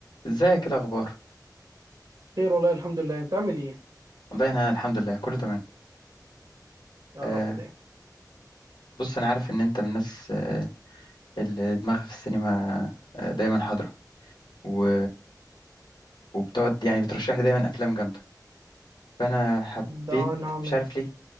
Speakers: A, on the left (about 80°); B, on the right (about 60°).
A: ازيك ايه الاخبار
B: خير والله الحمد لله انت عامل ايه
A: والله انا الحمد لله كله تمام
B: يا
A: آه
B: رب دايما
A: بص انا عارف ان انت من الناس آه اللي دماغها في السينما آه دايما حاضره و... وبتقعد يعني بترشح لي دايما افلام جامده فانا حبيت
B: ده نعمة
A: مش عارف ليه